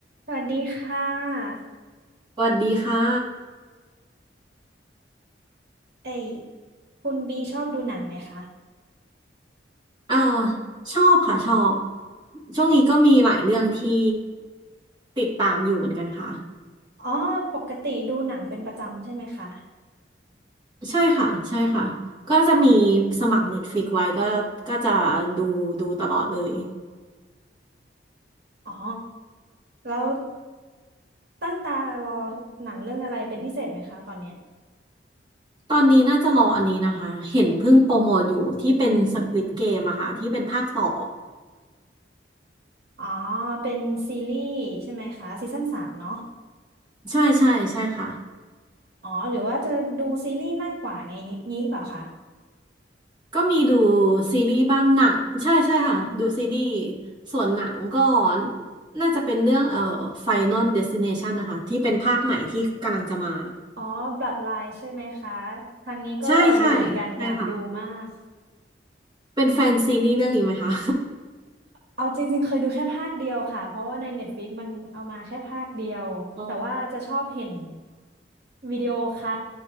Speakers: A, on the right; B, on the right.
A: สวัสดีค่ะ
B: สวัสดีค่ะ
A: เอ้ยคุณบีชอบดูหนังไหมคะ
B: เออชอบค่ะชอบช่วงนี้ก็มีหลายเรื่องที่ติดตามอยู่เหมือนกันค่ะ
A: อ๋อ ปกติดูหนังเป็นประจำใช่ไหมคะ
B: ใช่ค่ะ ใช่ค่ะ ก็จะมีสมัคร Netflix ไว้ก็ก็จะดูดูตลอดเลย
A: อ๋อแล้วตั้งตารอหนังเรื่องอะไรเป็นพิเศษไหมคะตอนเนี้ย
B: ตอนนี้น่าจะรออันนี้นะคะ เห็นเพิ่งโปรโมทอยู่ที่เป็น Squid Game อะค่ะที่เป็นภาคต่อ
A: อ๋อเป็นซีรีส์ใช่ไหมคะซีซั่นสามเนาะ
B: ใช่ใช่ใช่ค่ะ
A: อ๋อ หรือว่าจะดูซีรีส์มากกว่าไงนี้นี้หรือเปล่าคะ
B: ก็มีดูซีรีส์บ้างหนังใช่ใช่ค่ะดูซีรีส์ส่วนหนังก็น่าจะเป็นเรื่องเอ่อ Final Destination นะคะที่เป็นภาคใหม่ที่กำลังจะมา
A: อ๋อบ l o o d l i n e ใช่ไหมคะทางนี้ก็รออยู่เหมือนกันอยากดูมาก
B: ใช่ใช่ใช่ค่ะเป็นแฟนซีรีส์เรื่องนี้ไหมคะ
A: เอาจริงๆเคยดูแค่ภาคเดียวค่ะเพราะว่าใน Netflix มันเอามาแค่ภาคเดียวแต่ว่าจะชอบเห็น
B: <laughs> อ๋อ
A: วิดีโอคัท